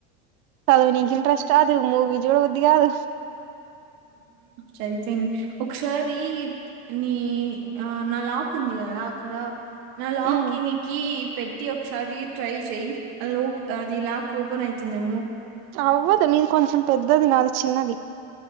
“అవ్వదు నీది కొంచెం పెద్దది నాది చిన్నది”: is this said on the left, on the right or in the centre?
Right